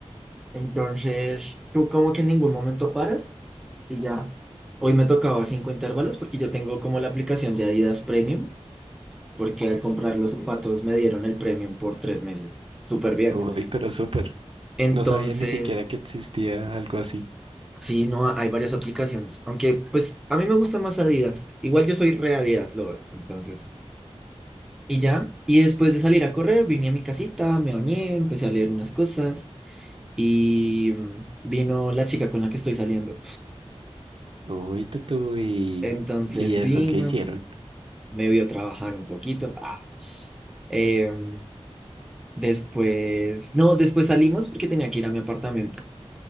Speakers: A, in the centre; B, on the right (about 55°).
A: Entonces, tú como que en ningún momento paras y ya. Hoy me tocaba cinco intervalos porque yo tengo como la aplicación de Adidas Premium. porque al comprar los zapatos me dieron el premium por tres meses. Súper bien.
B: Uy, pero súper.
A: Entonces,
B: No sabía ni siquiera que existía algo así.
A: sí, no, hay varias aplicaciones. Aunque, pues, a mí me gusta más Adidas. Igual yo soy re Adidas lover, entonces. Y ya, y después de salir a correr, vine a mi casita, me bañé, empecé a leer unas cosas y mm, vino la chica con la que estoy saliendo.
B: Uy, tutu, y,
A: Entonces
B: y eso,
A: vino,
B: ¿qué hicieron?
A: me vio trabajar un poquito. Ah. Em, después, no, después salimos porque tenía que ir a mi apartamento.